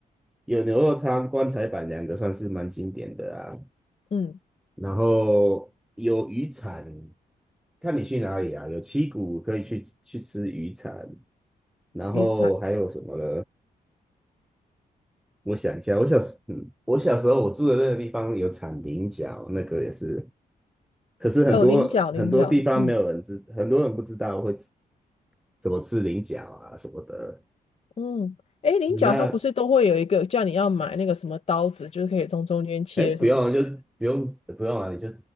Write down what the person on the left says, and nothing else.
嗯，
鱼产
哦，菱角，菱角，嗯。
嗯，哎，菱角它不是都会有一个叫你要买那个什么刀子，
就是可以从中间切什么之类